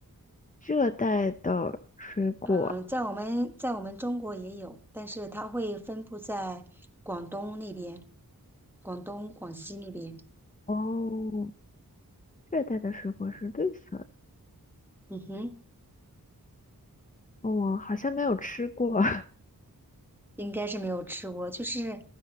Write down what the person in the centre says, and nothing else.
嗯，在我们在我们中国也有，但是它会分布在广东那边，广东、广西那边。
嗯哼，
应该是没有吃过。就是